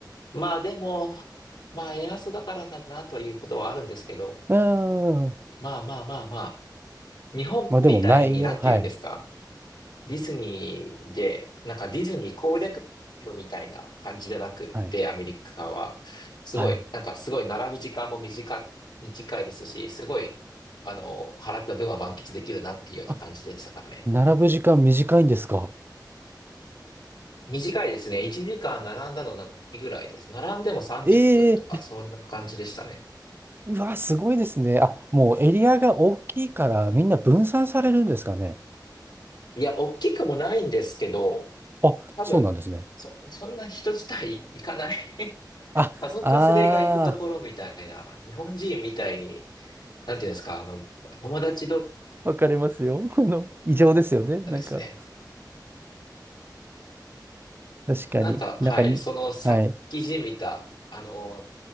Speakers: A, on the left; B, on the right.
A: まあでも、まあ円安だからかなということはあるんですけど、
B: うーん。
A: まあまあまあまあ、日本みたいになんて言うんですか。
B: まあでも内容、はい。
A: ディズニーで、なんかディズニー攻略部みたいな感じじゃなくって、
B: はい。
A: アメリカは、すごい、
B: はい。
A: なんかすごい並ぶ時間も短、短いですし、すごい、あの、払った分は満喫できるなっていうような感じでしたかね。
B: あ、並ぶ時間短いんですか。
A: 短いですね。1時間並んだのないぐらいです。並んでも30分とか、
B: ええー
A: そんな感じでしたね。
B: うわ、すごいですね。あ、もうエリアが大きいからみんな分散されるんですかね。
A: いや、大きくもないんですけど、
B: あ、
A: 多分、
B: そうなんですね。
A: そ、そんな人自体行かない <laughs>
B: あ、
A: 家族連れが行くところみたいな、
B: あ
A: 日本人みたいに、なんていうんですか、あの、友達同士
B: ー、わかりますよ。<laughs> この、異常ですよね。なんか、
A: がですね、
B: 確かに。
A: なんか、
B: なんかに、
A: はい、そのさっきじみた、
B: はい。
A: あの、